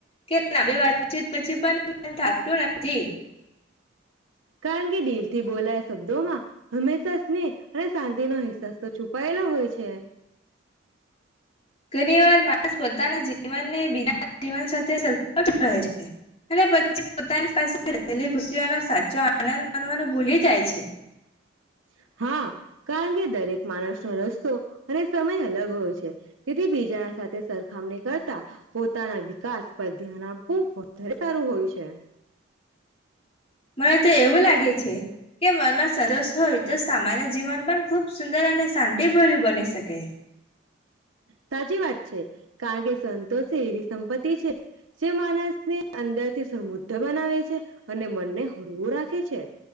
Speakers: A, on the left; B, on the right.
A: કે ના બેી વાતચીત પછી પણ. થાકતું નથી.
B: કારણ કે દિલ થી બોલાયા શબ્દોમાં હંમેશા સ્નેહ અને શાંતિનો અહેસાસ તો છુપાયેલો હોય છે.
A: ઘણી વાર માણસ પોતાના જ. જીવનને બીજા જીવન સાથે સરખાવતો હોય છે અને પછી પોતાની પાસે રહેલી ખુશીઓનો સાચો આનંદ માનવાનું ભૂલી જાય છે.
B: <inaudible> હા કારણ કે દરેક માણસનો રસ્તો. અને સમય અલગ હોય છે તેથી બીજાના સાથે સરખામણી કરતા પોતાના વિકાસ પર ધ્યાન આપવું વધારે સારું હોય છે.
A: મને તો એવું લાગે છે. કે મનમાં સંતોષ હોય તો સામાન્ય જીવન પણ ખૂબ સુંદર અને શાંતિભર્યું બની શકે.
B: સાચી વાત છે કારણ કે સંતોષે એવી સંપત્તિ. તિ છે. જે માણસને અંદરથી સમૃદ્ધ બનાવે છે અને મનને હરવું રાખે છે.